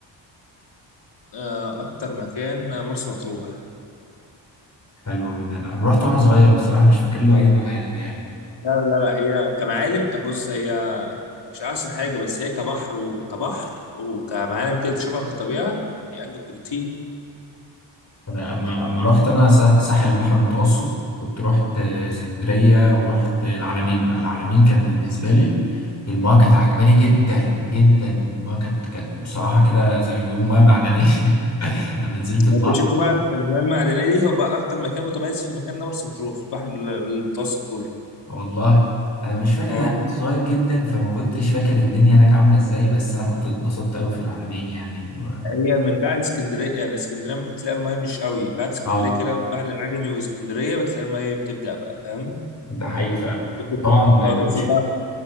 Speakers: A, on the left; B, on the left.
A: آه، اكتر مكان آه، مرسى مطروح
B: حلو قوي ده انا انا رحت وانا صغير بصراحه مش فاكر له اي معالم يعني
A: لا لا لا هي كمعالم بص هي مش احسن حاجة بس هي كبحر وكبحر وكمعالم كده تشوفها في الطبيعة هي اجمد بكتير
B: انا اما اما رحت انا سا- ساحل البحر المتوسط كنت رحت آه، اسكندريه ورحت العلمين بقى العلمين كانت بالنسبه لي المايه كانت عجباني جدا جدا المايه كانت كانت بصراحه كده زي ما بيقولوا مايه معدنيه <laughs> لما نزلت البحر
A: انت شفت بقى المياه المعدنيه دي هو بقى اكتر مكان متميز في المكان ده مرسى مطروح في البحر ال- المتوسط كله
B: آه والله انا مش فاكر
A: اه
B: ده انا كنت صغير جدا فما كنتش فاكر الدنيا هناك عامله ازاي بس انا كنت اتبسطت قوي في العلمين يعني و...
A: هي من بعد اسكندريه يعني اسكندريه ممكن تلاقي المياه مش قوي بعد اسكندريه
B: اه
A: كده بعد العجمي واسكندريه بتلاقي المياه بتبدا بقى فاهم
B: ده حقيقي فعلا
A: تفضل-
B: طبعا
A: اه
B: مفيش
A: تدخل بقى